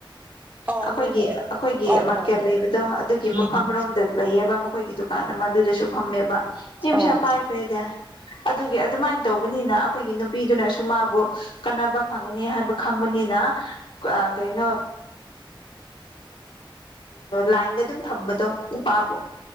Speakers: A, on the right (about 20°); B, on the left (about 80°).
A: ꯑ
B: ꯑꯩꯈꯣꯏꯒꯤ
A: ꯍꯣꯏ ꯍꯣꯏ
B: ꯑꯩꯈꯣꯏꯒꯤ
A: ꯑ
B: ꯃꯥꯔꯠꯀꯦꯠ
A: ꯑ ꯎꯝ
B: ꯂꯩꯕꯗꯣ ꯑꯗꯨꯒꯤ ꯃꯐꯝꯔꯣꯝꯗ
A: ꯎꯝ
B: ꯂꯩꯌꯦꯕ ꯃꯈꯣꯏꯒꯤꯗꯨ ꯀꯥꯟꯅ ꯃꯗꯨꯨꯔꯦꯁꯨ ꯐꯝꯃꯦꯕ ꯃꯤꯄꯩꯁꯥ
A: ꯑꯧ
B: ꯄꯥꯏꯈ꯭ꯔ‌ꯦꯗ ꯑꯗꯨ ꯑꯗꯨꯃꯥꯏꯅ ꯇꯧꯕꯅꯤꯅ ꯑꯩꯈꯣꯏꯒꯤ ꯅꯨꯄꯤꯗꯨꯅꯁꯨ ꯃꯥꯕꯨ ꯀꯥꯟꯅꯕ ꯐꯪꯉꯅꯤ ꯍꯥꯏꯕ ꯈꯪꯕꯅꯤꯅ ꯑꯥ ꯀꯩꯅꯩꯅ ꯂꯥꯏꯟꯗ ꯑꯗꯨꯝ ꯊꯝꯕꯗꯣ ꯅꯨꯄꯥꯕꯨ